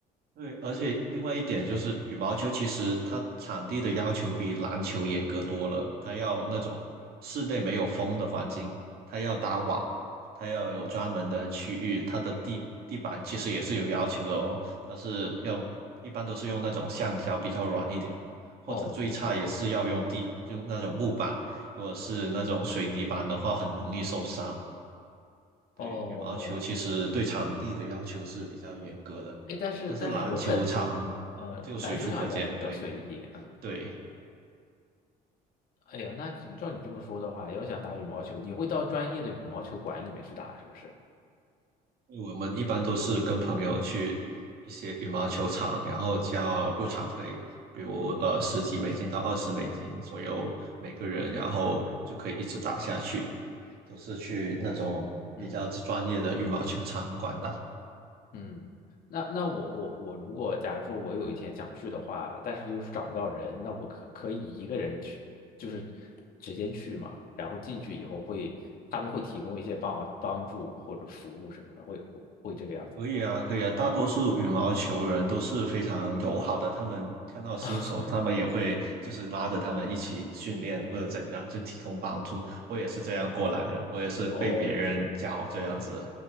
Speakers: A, on the right; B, on the left.
A: 对，而且另外一点就是，羽毛球其实它场地的要求比篮球严格多了，它要那种室内没有风的环境，它要搭网，它要有专门的区域，它的地地板其实也是有要求的哦，它是要一般都是用那种橡胶比较软一点，或者最差也是要用地，
B: 哦，对对对，
A: 用那种木板，如果是那种水泥板的话，很容易受伤。对，
B: 哦，
A: 羽毛球其实对场地的要求是比较严格的，
B: 哎，但是但是有很，
A: 但是篮球场
B: 呃，
A: 就随处可见。
B: 篮球场一般都比较随意，
A: 对
B: 嗯，
A: 对，
B: 哎呀，那照你这么说的话，要想打羽毛球，你会到专业的羽毛球馆里面去打，是不是？
A: 因为我们一般都是跟朋友去一些羽毛球场，然后交入场费，比如呃十几美金到二十美金左右每个人，然后就可以一直打下去。都是去那种比较专业的羽毛球场馆打，
B: 嗯。嗯，那那我我我如果假如说我有一天想去的话，但是又是找不到人，那我可可以一个人去，就是直接去嘛，然后进去以后会他们会提供一些帮帮助或者服务什么的，会会这个样子。
A: 可以啊，可以啊，大多数羽毛球人都是非常友好的，他们看到新手，
B: <laughs>
A: 他们也会就是拉着他们一起训练或者怎样，就提供帮助。我也是这样过来的，我也是被别人教这样子。
B: 哦，